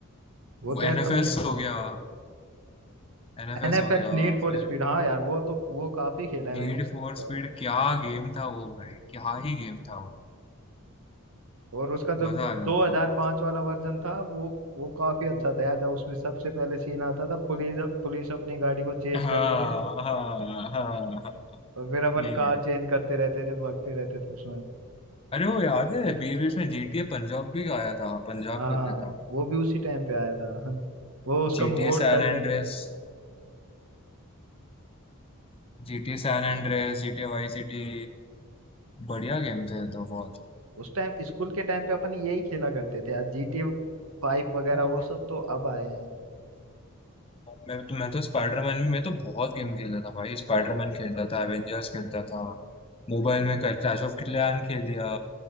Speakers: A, on the right (about 75°); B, on the left (about 25°).
A: वो तो
B: एनएफएस
A: यार कभी खेला
B: हो
A: नहीं
B: गया एनएफएस
A: N F
B: हो
A: S
B: गया
A: need for
B: फिर
A: speed हाँ यार वो तो वो काफी खेला है
B: नीड
A: मैंने इसको
B: फॉर
A: के
B: स्पीड
A: बाद
B: क्या गेम था वो भाई क्या ही गेम था वो
A: और उसका जो
B: मजा
A: 2005
B: आ जाता था बहुत
A: वाला वर्जन था वो वो काफी अच्छा था यार जब उसमें सबसे पहले सीन आता था पुलिस पुलिस अपनी गाड़ी को चेज
B: हाँ
A: कर रही है
B: हाँ हाँ हाँ,
A: और फिर अपन
B: यही
A: कार
B: है
A: चेंज करते रहते थे भागते रहते थे उसमें
B: अरे वो याद है बीच बीच में जीटीए पंजाब भी आया था पंजाब
A: हाँ
B: करके था
A: वो भी उसी टाइम पे आया था <laughs> हाँ, वो उसका
B: GTA
A: मोड
B: San
A: था
B: Andreas
A: जी
B: GTA San Andreas GTA Vice City बढ़िया गेम थे तो बहुत
A: उस टाइम स्कूल के टाइम पे अपन यही खेला करते थे यार जी टी फाइव वगैरह
B: हाँ,
A: वो
B: हाँ,
A: सब तो अब आए हैं
B: मैं तो मैं तो स्पाइडरमैन में मैं तो बहुत गेम खेलता था भाई स्पाइडरमैन खेलता था एवेंजर्स खेलता था मोबाइल में क्लैश ऑफ क्लैन खेल लिया